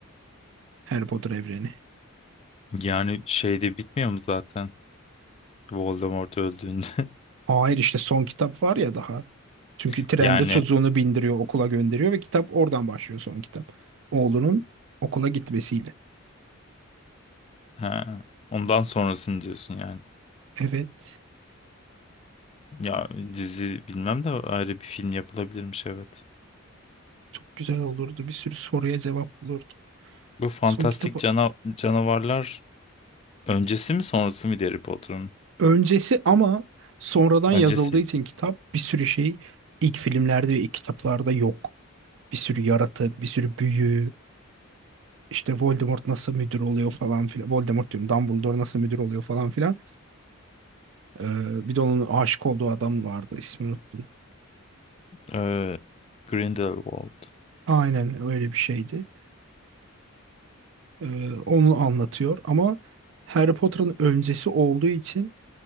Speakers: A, on the right; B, on the left.
A: Harry Potter evreni.
B: Yani şeyde bitmiyor mu zaten? Voldemort öldüğünde.
A: Hayır işte son kitap var ya daha. Çünkü
B: <laughs>
A: trende
B: Yani
A: çocuğunu bindiriyor, okula gönderiyor ve kitap oradan başlıyor son kitap. Oğlunun okula gitmesiyle.
B: ha, ondan sonrasını diyorsun yani.
A: Evet,
B: Ya dizi bilmem de ayrı bir film yapılabilirmiş evet.
A: çok güzel olurdu. Bir sürü soruya cevap bulurduk.
B: Bu fantastik
A: Son kitabı
B: cana- canavarlar öncesi mi sonrası mı Harry Potter'ın?
A: öncesi ama sonradan
B: Öncesi
A: yazıldığı için kitap bir sürü şey ilk filmlerde ve ilk kitaplarda yok. Bir sürü yaratık, bir sürü büyü, işte Voldemort nasıl müdür oluyor falan filan. Voldemort diyorum, Dumbledore nasıl müdür oluyor falan filan. Ee, bir de onun aşık olduğu adam vardı, ismini unuttum.
B: e, Grindelwald.
A: Aynen öyle bir şeydi. Ee, onu anlatıyor ama Harry Potter'ın öncesi olduğu için